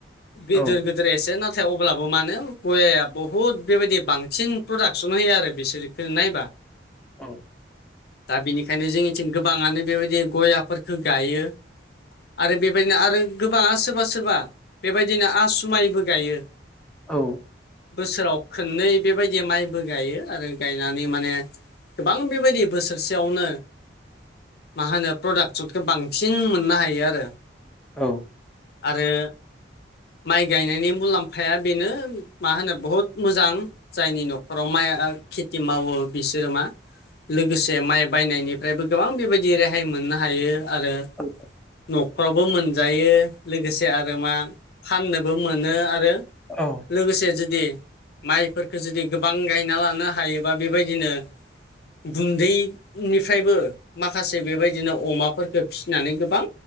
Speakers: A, on the left; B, in the centre.
A: गोदोर
B: औ
A: गोदोर गिदिर एसे नाथाय अब्लाबो मानो गयाया बहुद बेबायदि बांसिन प्रडाक्सन होयो आरो बिसोर। नायबा
B: औ
A: दा बिनिखायनो जोंनिथिं गोबाङानो बेबायदि गयाफोरखौ गायो। आरो बेबायदिनो आरो गोबाङा सोरबा सोरबा बेबायदिनो आसु माइबो गायो।
B: औ
A: बोसोराव खोननै बेबायदि माइबो गायो आरो गायनानै माने गोबां बेबायदि बोसोरसेयावनो। मा होनो प्रडाक्सनखौ बांसिन मोननो हायो आरो।
B: औ
A: आरो माइ गायनायनि मुलाम्फाया बेनो मा होनो बहुद मोजां। जायनि न'खराव माइ खेथि मावो बिसोरो मा लोगोसे माइ बायनायनि फ्रायबो गोबां बेबायदि रेहाय मोननो हायो आरो
B: औ।
A: न'खरावबो मोनजायो लोगोसे आरो मा फाननोबो मोनो आरो
B: औ।
A: लोगोसे जुदि माइफोरखो जुदि गोबां गायना लानो हायोबा बेबायदिनो गुन्दैनिफ्रायबो माखासे बेबायदिनो अमाफोरफोरखौ फिसिनानै गोबां